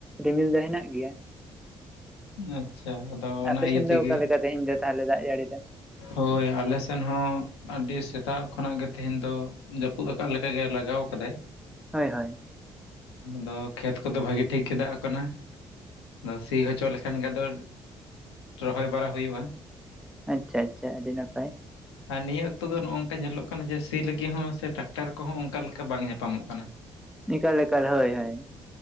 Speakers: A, in the centre; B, on the left.
A: ᱨᱤᱢᱤᱞ ᱫᱚ ᱦᱮᱱᱟᱜ ᱜᱮᱭᱟ ᱾
B: ᱟᱪᱪᱷᱟ ᱟᱫᱚ ᱚᱱᱟ
A: ᱟᱯᱮ
B: ᱤᱭᱟᱹ
A: ᱥᱮᱱ ᱫᱚ
B: ᱛᱮᱜᱮ
A: ᱚᱠᱟ ᱞᱮᱠᱟ ᱛᱮᱦᱮᱧ ᱫᱚ ᱛᱟᱦᱞᱮ ᱫᱟᱜ ᱡᱟᱹᱲᱤ ᱫᱚ?
B: ᱦᱳᱭ ᱟᱞᱮ ᱥᱮᱱ ᱦᱚᱸ ᱟᱹᱰᱤ ᱥᱮᱛᱟᱜ ᱠᱷᱚᱱᱟᱜ ᱜᱮ ᱛᱮᱦᱮᱧ ᱫᱚ ᱡᱟᱹᱯᱩᱫ ᱟᱠᱟᱫ ᱞᱮᱠᱟᱜᱮ ᱞᱟᱜᱟᱣ ᱟᱠᱟᱫᱟᱭ,
A: ᱦᱳᱭ ᱦᱳᱭ ᱾
B: ᱟᱫᱚ ᱠᱷᱮᱛ ᱠᱚᱫᱚ ᱵᱷᱟᱜᱤ ᱴᱷᱤᱠ ᱜᱮ ᱫᱟᱜ ᱠᱟᱱᱟ ᱟᱫᱚ ᱥᱤ ᱦᱚᱪᱚ ᱞᱮ ᱠᱷᱟᱱ ᱜᱮ ᱟᱫᱚ ᱨᱚᱦᱚᱭ ᱵᱟᱲᱟ ᱦᱩᱭᱩᱜᱼᱟ ᱾
A: ᱟᱪᱪᱷᱟ ᱟᱪᱪᱷᱟ ᱟᱹᱰᱤ ᱱᱟᱯᱟᱭ ᱾
B: ᱟᱨ ᱱᱤᱭᱟᱹ ᱚᱠᱛᱚ ᱫᱚ ᱱᱚᱜᱼᱚ ᱱᱚᱝᱠᱟ ᱧᱮᱞᱚᱜ ᱠᱟᱱᱟ ᱡᱮ ᱥᱤ ᱞᱟᱹᱜᱤᱫ ᱦᱚᱸ ᱥᱮ ᱴᱨᱮᱠᱴᱟᱨ ᱠᱚᱦᱚᱸ ᱚᱱᱠᱟ ᱞᱮᱠᱟ ᱵᱟᱝ ᱧᱟᱯᱟᱢᱚᱜ ᱠᱟᱱᱟ ᱾ <unintelligible>
A: ᱮᱠᱟᱞ -ᱮᱠᱟᱞ ᱦᱳᱭ -ᱦᱳᱭ ᱾